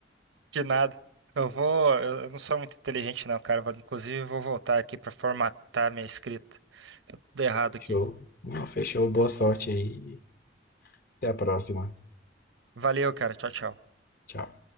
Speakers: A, on the right; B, on the left.
A: De nada. Eu vou. Eu eu não sou muito inteligente, não, cara. Vou- Inclusive, eu vou voltar aqui pra formatar minha escrita. Tá tudo errado
B: <laughs> fechou
A: aqui.
B: Não, fechou. Boa sorte aí. Até a próxima.
A: Valeu, cara. Tchau, tchau.
B: Tchau.